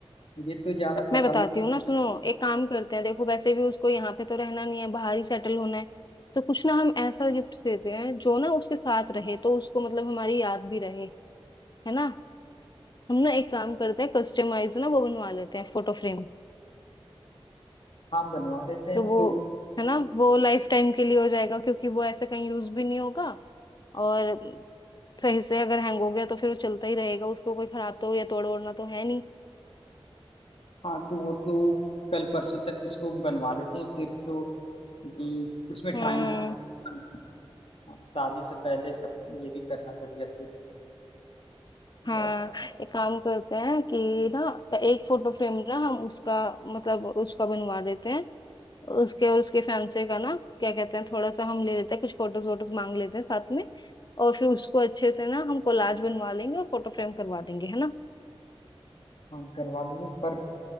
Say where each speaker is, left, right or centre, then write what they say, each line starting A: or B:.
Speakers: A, on the left; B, on the left.
A: ये तो ज्यादा पता
B: मैं बताती
A: नहीं
B: हूँ ना सुनो एक काम करते हैं देखो वैसे भी उसको यहाँ पे तो रहना नहीं है बाहर ही सेटल होना है तो कुछ ना हम ऐसा गिफ्ट देते हैं जो ना उसके साथ रहे तो उसको मतलब हमारी याद भी रहे है ना हम ना एक काम करते हैं कस्टमाइज ना वो बनवा लेते हैं फोटो फ्रेम
A: हाँ बनवा लेते हैं
B: तो वो
A: तो
B: है ना वो लाइफ टाइम के लिए हो जाएगा क्योंकि वो ऐसे कहीं यूज भी नहीं होगा और सही से अगर हैंग हो गया तो फिर वो चलता ही रहेगा उसको कोई खराब तो या तोड़ ओड़ना तो है नहीं
A: हाँ तो वो तो कल परसों तक उसको बनवा लेते हैं फिर तो क्योंकि उसमें
B: हम्म
A: टाइम लगता है। हाँ, शादी से पहले सब ये भी करना पड़ेगा फिर
B: हाँ
A: या
B: एक काम करते हैं कि ना एक फोटो फ्रेम ना हम उसका मतलब उसका बनवा देते हैं उसके और उसके फैंसे का ना क्या कहते हैं थोड़ा सा हम ले लेते हैं कुछ फोटोज वोटोज मांग लेते हैं साथ में और फिर उसको अच्छे से ना हम कोलाज बनवा लेंगे और फोटो फ्रेम करवा देंगे है ना
A: हाँ करवा लेंगे पर